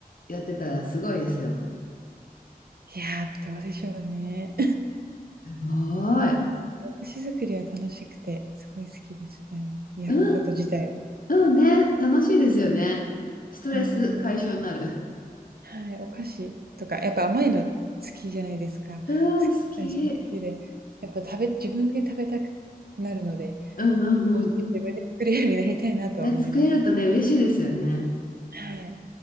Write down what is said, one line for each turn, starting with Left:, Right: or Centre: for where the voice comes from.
Left: やってたらすごいですよ。
Right: やー、どうでしょうね。
Left: すごい。
Right: 寿司作りは楽しくて、すごい好きですね。やること自体は。
Left: うん、うんね。楽しいですよね。ストレス解消になる。
Right: はい。はい、お菓子とか、やっぱ甘いの好きじゃないですか。好き私も好きで、
Left: うん、好き。
Right: やっぱ食べ自分で食べたくなるので、
Left: うんうんうん。
Right: もうちょい自分で作れるようになりたいなとは思います。
Left: ね、作れるとね、嬉しいですよね。
Right: はい。